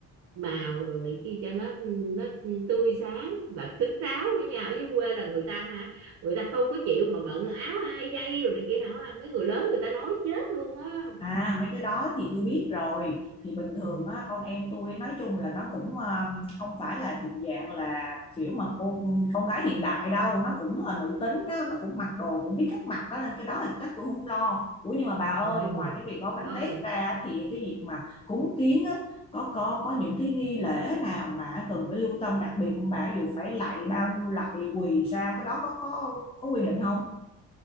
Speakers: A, on the right (about 60°); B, on the left (about 20°).
A: màu rồi này kia cho nó nó tươi sáng và kín đáo nữa nha ở dưới quê là người ta hả người ta không có chịu mà bận áo hai dây rồi này kia hả mấy người lớn người ta nói chết luôn á
B: À mấy cái đó thì tôi biết rồi Thì bình
A: Ừ.
B: thường á, con em tôi nói chung là nó cũng um, không phải là thuộc dạng là kiểu mà cô con gái hiện đại đâu Nó cũng rất là nữ tính đó, nó cũng mặc đồ cũng biết cách mặc đó Nên cái đó thì chắc tôi không lo Ủa nhưng mà bà ơi
A: ừ
B: ngoài cái việc gói bánh
A: rồi
B: tét ra Thì cái việc mà cúng kiến á, có, có, có những cái nghi lễ nào mà cần phải lưu tâm đặc biệt không bà Dù phải lạy bao nhiêu lạy quỳ sao cái đó có, có, có quy định không?